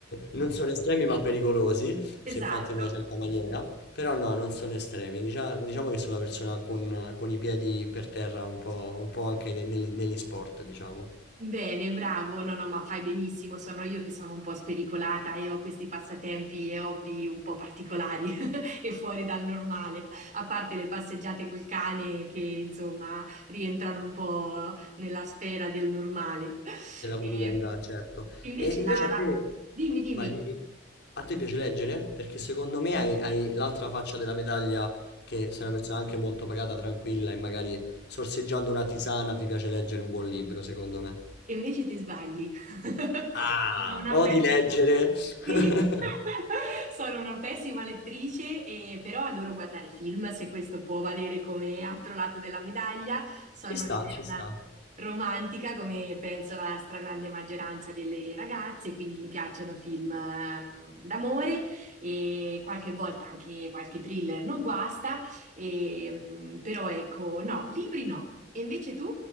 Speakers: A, on the left; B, on the right.
A: <laughs> non sono estremi ma pericolosi se
B: Esatto.
A: fatto in una certa maniera, però no, non sono estremi, Dicia- diciamo, che sono una persona con, con i piedi per terra un po', un po' anche ne- negli negli sport, diciamo,
B: Bene, bravo. No, no, ma fai benissimo. Sono io che sono un po' spericolata e ho questi passatempi e hobby un po' particolari. e fuori dal normale, a parte le passeggiate col cane che insomma rientrano un po' nella sfera del normale.
A: nella
B: Ehm,
A: quotidianità, certo.
B: invece,
A: E invece
B: alla-
A: a te,
B: dimmi, dimmi,
A: vai, dimmi, a te piace leggere? Perché secondo me hai, hai l'altra faccia della medaglia, che sei una persona anche molto pagata, tranquilla e magari sorseggiando una tisana ti piace leggere un buon libro, secondo me.
B: e invece ti sbagli. <laughs>
A: Ah,
B: Sono una
A: odi
B: pessima,
A: leggere. <laughs>
B: sì. <laughs> Sono una pessima lettrice, e- però adoro guardare film, se questo può valere come altro lato della medaglia. Sono
A: Ci sta,
B: un'eterna
A: ci sta.
B: romantica, come penso la stragrande maggioranza delle ragazze, quindi mi piacciono film ehm, d'amore e qualche volta anche qualche thriller non guasta, e, mm, però ecco, no, libri no. E invece tu